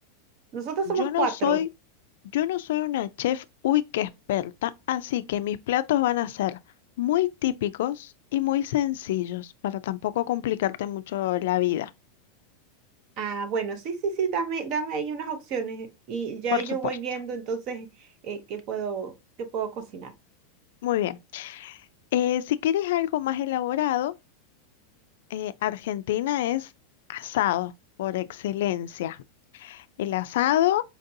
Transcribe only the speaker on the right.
nosotros
somos cuatro.
Ah, bueno, sí, sí, sí, dame, dame ahí unas opciones y ya
yo
voy viendo entonces eh, qué puedo, qué puedo cocinar.